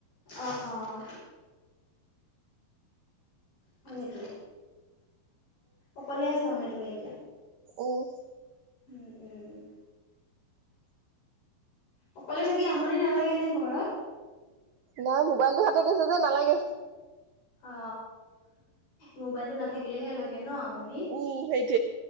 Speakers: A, on the left; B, on the right.
A: অ', অ' হয়নে? অকলে আছা মানে তুমি এতিয়া?
B: অ'
A: উম উম উম! অকলে থাকি আমনি নালাগে নে ঘৰত,
B: নাই মোবাইলতটো হাতত আছে যে নালাগে।
A: অ মোবাইল টো নাথাকিলেহে লাগে ন! আমনি।
B: উ সেইট